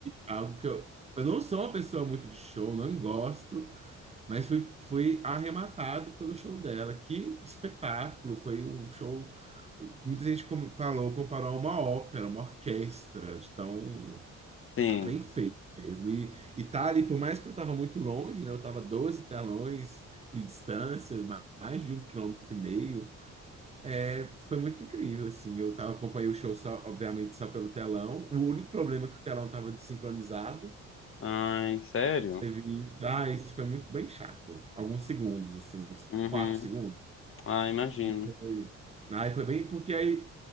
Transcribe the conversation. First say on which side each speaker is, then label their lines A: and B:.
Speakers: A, on the right; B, on the left.
A: algo que eu, eu não sou uma pessoa muito de show, não gosto, Mas fui, fui arrematado pelo show dela. Que espetáculo! Foi um show. Muita gente como- falou, comparou a uma ópera, uma orquestra, de tão
B: Sim.
A: bem feito mesmo. E, e tá ali, por mais que eu estava muito longe, né? Eu estava 12 telões de distância, ma- mais de um quilômetro e meio. É, foi muito incrível, assim. Eu tava, acompanhei o show, só, obviamente, só pelo telão. O único problema é que o telão estava desincronizado.
B: Ai, sério?
A: Teve isso. Ah, isso foi muito bem chato. Alguns segundos, assim, uns
B: Uhum.
A: quatro segundos.
B: Ah, imagino.
A: E foi- Aí foi bem porque aí